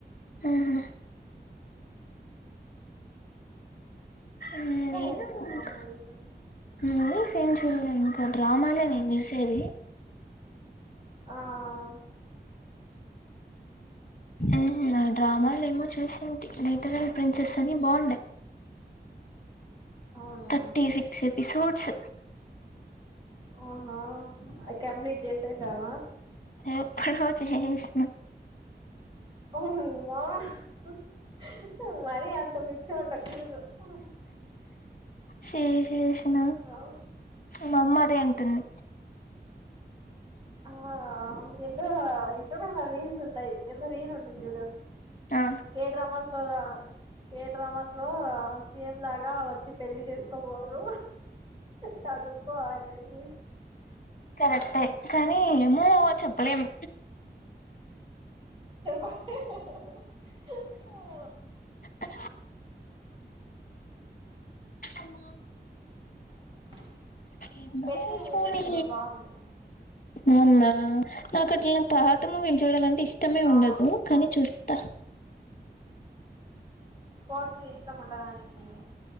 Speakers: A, on the left; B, on the right.
A: ఆహా మ్మ్
B: ఇంకా
A: ఏం కాదు
B: చూసావు
A: ఇంక
B: మూవీస్
A: మూవీస్ ఏం చూల్లే ఇంక డ్రామాలే నేను చూసేది
B: ఆఅ
A: ఉం హూ అద్ డ్రామాల ఏమో చూసింటి లిటర్ అం ప్రిన్సెస్ అని బాగుండేయి
B: అవునా
A: థర్టీ సిక్స్ ఎపిసోడ్స్
B: అవునా అవి కంప్లీట్ చేసేసావా
A: ఎప్పుడో చేసిన
B: మ్ మ్మ హా హ్ హ్ మరి అంత పిచ్చి ఉండకుడదు ఆహా
A: చేసేసిన
B: అహా
A: మా అమ్మ అదే అంటుంది
B: ఆ ఆ ఎందో ఇంస్టాగ్రామ్ రీల్స్ ఉంటయి ఏందో రీలు ఉండిద్ది చూడు
A: ఆ
B: కేడ్రమా సోవ ఏ డ్రామాస్ లో ఆ సీఎం లాగా వచ్చి పెళ్లి చేసుకో కోరు చదువుకో అనేసి
A: కరెక్టే కానీ ఏమో చెప్పలేము
B: చెప్ప
A: ఆ అమ్మ
B: <inaudible>
A: ఎన్నో
B: పెద్ది మూవీ
A: సుడి
B: చూడు బాగుంది
A: బావుందా నాకు అట్లాన్న పాత మూవీస్ చూడాలంటే ఇష్టమే
B: ఆ
A: ఉండదు కానీ చూస్తా
B: స్పోర్ట్స్ ఇష్టము ఉండదా నికి